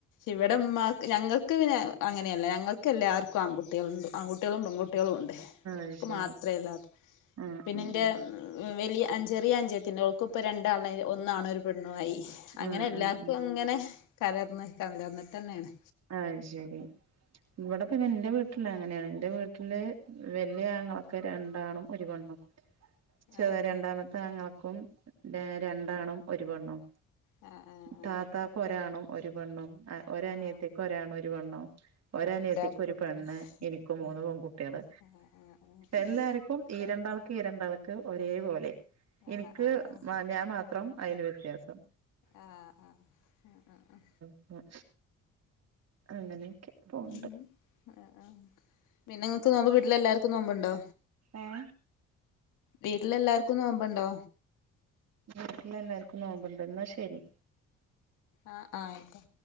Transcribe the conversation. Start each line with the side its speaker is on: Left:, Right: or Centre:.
Left: ഇവടെ ഉമ്മ ഞങ്ങൾക്ക് പിന്നെ അങ്ങനെയല്ല ഞങ്ങൾക്ക് എല്ലാവർക്കും ആൺകുട്ടികളുംണ്ട്. ആൺകുട്ടികളും പെൺകുട്ടികളും ഉണ്ട്. ഓക്ക്
Right: അത് ശരി
Left: മാത്രേല്ലാത്ത്.
Right: ആഹ്
Left: പിന്നെന്റെ
Right: ആഹ്
Left: വലിയ അൻജ ചെറിയ അൻജത്തിണ്ട്. ഓൾക്ക് ഇപ്പ രണ്ടാണ്. ഒന്നാണ് ഒരു പെണ്ണു ആയി. അങ്ങനെ
Right: ആഹ് ആഹ്
Left: എല്ലാ
Right: ആഹ് ആഹ്
Left: ങ്ങനെ കലർന്ന് ട്ടാ. കലർന്നിട്ടന്നേണ്.
Right: അയ്ശെരി. ഇവടെ പിന്നെ ഇന്റെ വീട്ടില് അങ്ങനെയാണ്. ഇന്റെ വീട്ടില് വല്യ ആങ്ങളക്ക് രണ്ടാണും ഒരു പെണ്ണും. ച്
Left: ആ
Right: രണ്ടാമത്തെ
Left: ആ
Right: ആങ്ങളക്കും രെ രണ്ടാണും ഒരു പെണ്ണും
Left: ആഹ് ആഹ്
Right: താത്താക്ക് ഒരാണും ഒരു പെണ്ണും. അഹ് ഒരനിയത്തി
Left: ആഹ് ആഹ്
Right: ക്ക് ഒരാണും ഒരു പെണ്ണും ഒരനിയത്തിക്കൊരു
Left: ആഹ് എല്ലാർക്കും ഉണ്ട്ല്ലേ
Right: പെണ്ണ്. ഇനിക്കും മൂന്ന്
Left: ആഹ് ആഹ്
Right: പെങ്കുട്ടികള്.
Left: ആഹ് ആഹ്
Right: എല്ലാർക്കും
Left: എല്ലാർക്കും
Right: ഈരണ്ടാൾ ഈരണ്ടാൾക്ക് ഒരേ പോലേ. ഇനിക്ക്
Left: ആഹ് ആഹ് ആഹ്
Right: ഞാൻ മാത്രം അയില് വ്യത്യാസം.
Left: ആഹ് ആഹ് ആഹ് ആഹ്
Right: ആഹ് അങ്ങനെയൊക്കെ പോണ്ട്
Left: ഉം. അഹ്. അഹ്. പിന്നെങ്ങൾക്ക് ങ്ങടെ വീട്ടിലെല്ലാർക്കും നോമ്പ് ണ്ടോ?
Right: ഏഹ്
Left: വീട്ടിലെല്ലാർക്കും നോമ്പുണ്ടോ?
Right: വീട്ടിൽ എല്ലാവർക്കും നോമ്പ്ണ്ട്. എന്നാ ശരി.
Left: ആഹ് ആയികോട്ടെ